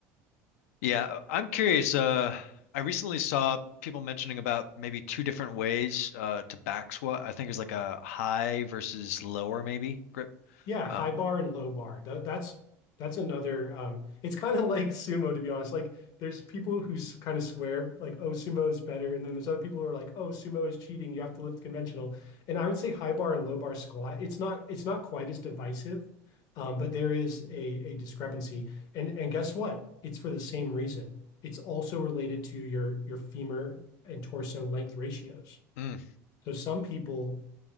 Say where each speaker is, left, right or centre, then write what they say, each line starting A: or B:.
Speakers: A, on the left; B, on the left.
A: Yeah, I'm curious. Uh, I recently saw people mentioning about maybe two different ways uh, to back squat. I think it's like a high versus lower maybe grip.
B: Yeah,
A: Uh,
B: high bar and low bar. Tha- that's that's another um it's kind of <laughs> like sumo to be honest. Like there's people who kind of swear like oh sumo is better and then there's other people who are like oh sumo is cheating, you have to lift conventional. And I would say high bar and low bar squat. It's not it's not quite as divisive. Um, but there is a a discrepancy. And and guess what? It's for the same reason. It's also related to your your femur and torso length ratios.
A: mm,
B: So some people